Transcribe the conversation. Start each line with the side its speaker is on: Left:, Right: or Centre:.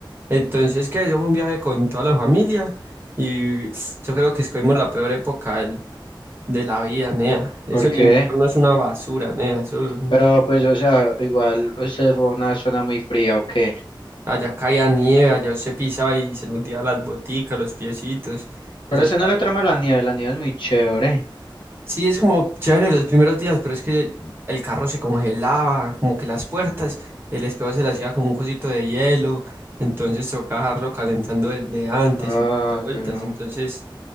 Right: Entonces, que eso fue un viaje con toda la familia y yo creo que escogimos la peor época del- de la vida, nea. Eso
Left: ¿por qué?
Right: en invierno es una basura, nea. Eso,
Left: Pero pues, o sea, igual, usted fue a una zona muy fría, ¿o qué?
Right: allá caía nieve, allá usted pisaba y se le hundía las boticas, los piecitos.
Left: Pero
Right: Eso
Left: usted
Right: es
Left: no le trama la nieve, la nieve es muy chévere.
Right: Sí, es como chévere los primeros días, pero es que el carro se congelaba, como que las puertas, el espejo se le hacía como un cosito de hielo, entonces tocaba dejarlo calentando desde antes
Left: Ah,
Right: y un poco de vueltas,
Left: qué... bueno.
Right: entonces,